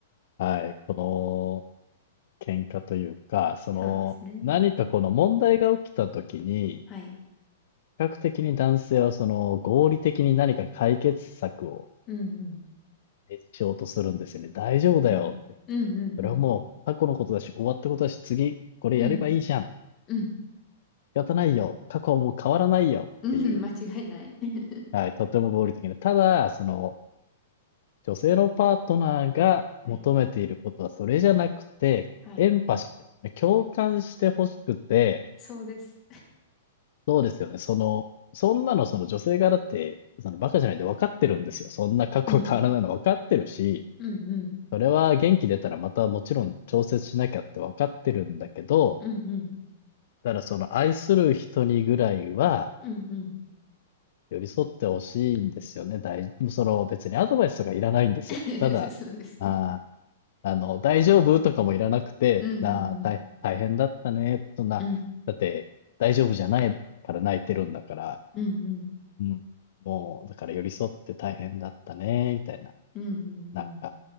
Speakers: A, on the left (about 60°); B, on the left (about 20°).
A: はい、この喧嘩というか、その何かこの問題が起きた時に、
B: そうですね。はい。
A: 比較的に男性はその合理的に何か解決策を
B: うんう
A: 提示しようとするんですよね。大丈夫だよって。
B: ん。うん。うんうんうん。
A: それはもう過去のことだし、終わったことだし、次これやればいいじゃん。
B: うん
A: 仕
B: うん。
A: 方ないよ。過去はもう変わらないよっていう、
B: うん <laughs> 間違いない。<laughs>
A: はい、とても合理的な。ただ、その、女性のパートナーが求めていることはそれじゃなくて、
B: はい。はい。
A: エンパシーですよね。共感してほしくて、
B: そうです。
A: そうですよね。その、そんなのその女性側だって、そのバカじゃないで分かってるんですよ。そんな過去変わらないの分かってるし、
B: うん。うんうん。
A: それは元気出たらまたもちろん調節しなきゃって分かってるんだけど、
B: うんうん。
A: ただその愛する人にぐらいは
B: うんうん。
A: 寄り添ってほしいんですよね。大、その別にアドバイスとかいらないんですよ。
B: <laughs>
A: ただ、
B: そうですね。
A: あーあの、大丈夫とかもいらなくて、
B: うんう
A: なあ、大、
B: んう
A: 大変だったねって、そんな、
B: ん。う
A: だって、大丈夫じゃないから泣いてるんだから、
B: んうんうん。
A: うん、もう、だから寄り添って大変だったね、みたいな。
B: うんうんうん。
A: なんか、